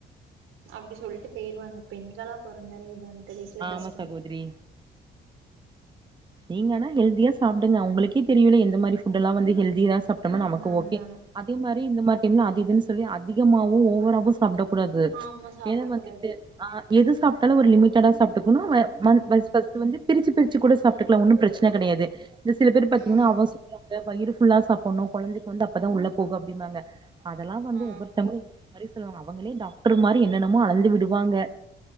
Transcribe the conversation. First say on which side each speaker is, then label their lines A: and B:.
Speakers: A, on the right (about 85°); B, on the right (about 25°).
A: அப்டி சொல்லிட்டு போயிருவாங்க பெண்களா பொறந்தாலே இதான் கடைசில
B: ஆமா
A: கஷ்டோம்
B: சகோதரி நீங்கனா ஹெல்தியா சாப்டுங்க உங்களுக்கே தெரியுல எந்த மாரி ஃபுட் எல்லா வந்து ஹெல்தியா சாப்டம்னா
A: ஆமா
B: நமக்கு ஓகே
A: ஆமா
B: அதே மாரி இந்த மாரி டைம் அது இதுன்னு சொல்லி அதிகமாவு ஓவராவும் சாப்டக்கூடாது
A: ஆமா சாப்ட
B: ஏனா வந்துட்டு
A: கூடாது
B: அ எது சாப்டாலும் ஒரு லிமிட்டடா சாப்ட்டு போணு மன்
A: ம்
B: ஃப ஃபர்ஸ்ட் வந்து பிரிச்சு பிரிச்சு கூட சாப்டுக்கலாம் ஒண்ணு பிரச்சன கெடயாது இந்த சில பேர் பாத்தீங்கன்னா
A: ம்
B: அவ சொல்றா வயிறு ஃபுல்லா சாப்பணு கொழந்தைக்கு வந்து அப்பதான் உள்ள போகும் அப்டிம்பாங்க அதெல்லாம் வந்து
A: ஆ
B: ஒவ்வொருத்தவங்களும் ஒரு ஒரு மாரி சொல்லுவாங்க அவங்களே டாக்டர் மாரி அப்டி என்னென்னமோ அளந்து விடுவாங்க